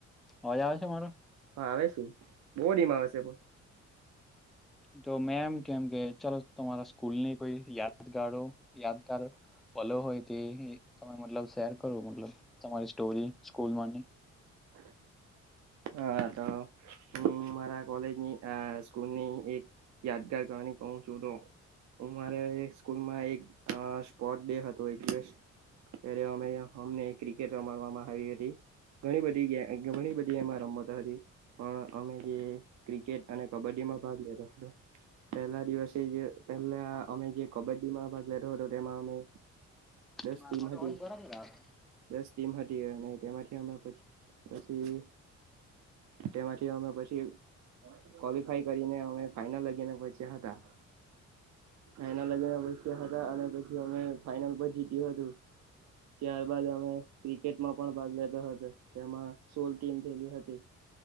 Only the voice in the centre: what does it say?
અવાજ આવે છે મારો?
તો મેં એમ કેમ કે ચાલો તમારા સ્કૂલ ની કોઈ યાદગારો યાદગાર પલો હોય તે તમે મતલબ શેર કરો, મતલબ તમારી સ્ટોરી સ્કૂલવાની.
મારા
મા તો
અવાજ બરાબર આવે.